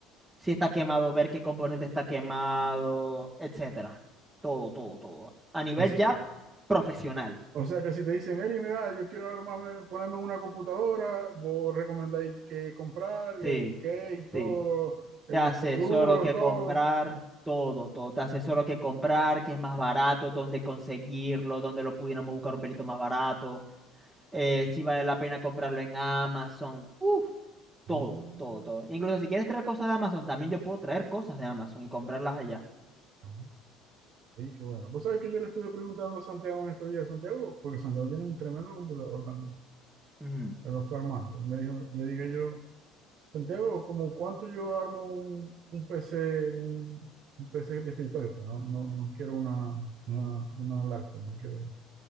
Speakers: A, on the right (about 15°); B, on the right (about 60°).
A: si está quemado, ver qué componente está quemado, etcétera. Todo, todo, todo. A nivel
B: o se-
A: ya profesional.
B: O sea que si te dicen, Eri, mira, yo quiero armarme, ponerme una computadora, vos recomendáis qué comprar,
A: Sí,
B: el qué y todo,
A: sí.
B: lo-
A: Te
B: el
A: asesoro
B: disco duro,
A: que
B: todo.
A: comprar, todo, todo. Te asesoro que comprar, que es más barato, dónde conseguirlo, dónde lo pudiéramos buscar un pelito más barato, eh, si vale la pena comprarlo en Amazon. Uf, todo,
B: Mm,
A: todo, todo. Incluso si quieres traer cosas de Amazon, también yo puedo traer cosas de Amazon y comprarlas allá.
B: ah, ok, qué bueno. Vos sabés que yo le estuve preguntando a Santiago en estos días, Santiago, porque Santiago tiene un tremendo computador también.
A: Ujú.
B: Me lo fue armando. Me dijo, le dije yo, Santiago, ¿como cuánto yo armo un, un PC, un, un PC de escritorio? Pero no, no, no quiero una, una, una laptop, no quiero.